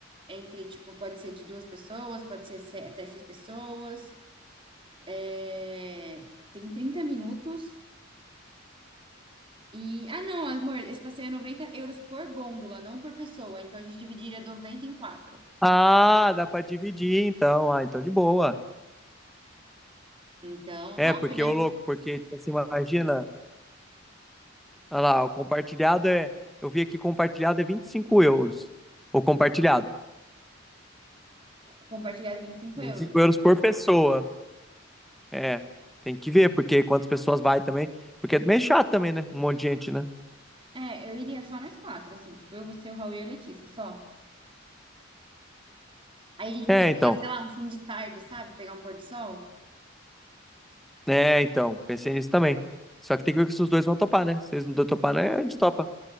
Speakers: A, on the right; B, in the centre.
A: entre, tipo, pode ser de duas pessoas, pode ser se- até seis pessoas. É, tem trinta minutos E, ah, não, amor, esse passeio é 90 euros por gôndola, não por pessoa. Então a gente dividiria 90 em quatro.
B: Ah, dá pra dividir, então. Ah, então de boa.
A: Então,
B: É,
A: top,
B: porque,
A: né?
B: ô louco, porque, tipo assim, imagina. Olha lá, o compartilhado é. Eu vi aqui compartilhado é 25 euros. O compartilhado.
A: Compartilhar os vinte e cinco
B: vinte
A: euros.
B: e cinco euros por pessoa. É. Tem que ver, porque quantas pessoas vai também. Porque é meio chato também, né? Um monte de gente, né?
A: É, eu iria só nós quatro, assim, tipo, eu, você, o Raul e a Letícia, só. Aí a gente
B: É,
A: podia pegar,
B: então.
A: sei lá, um fim de tarde, sabe? Pegar um pôr do sol.
B: É, então. Pensei nisso também. Só que tem que ver se os dois vão topar, né? Se eles não topar, né? A gente topa.